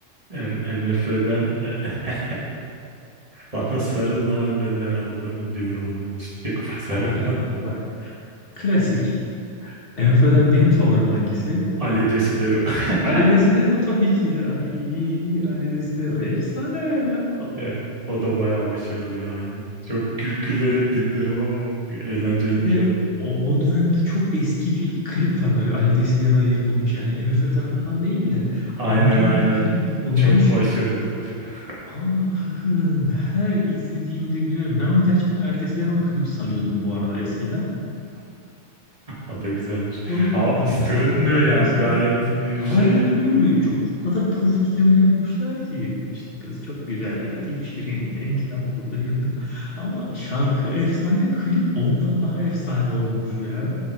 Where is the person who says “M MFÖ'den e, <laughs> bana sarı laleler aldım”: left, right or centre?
Right